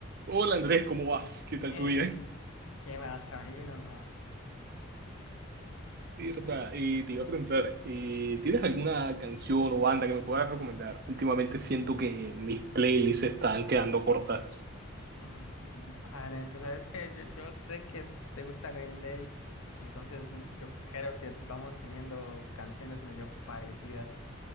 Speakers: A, on the right (about 45°); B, on the left (about 80°).
A: Hola Andrés, ¿cómo vas? ¿Qué tal
B: Ey,
A: tu día?
B: ¿qué más, Kevin o No.
A: Y, Rota, y te iba a preguntar, eh, ¿tienes alguna canción o banda que me puedas recomendar? Últimamente siento que mis playlists están quedando cortas.
B: Mm, mm, Vale, aunque sabes que yo, yo sé que te gusta Green Day, entonces mm, yo creo que vamos teniendo canciones medio parecidas.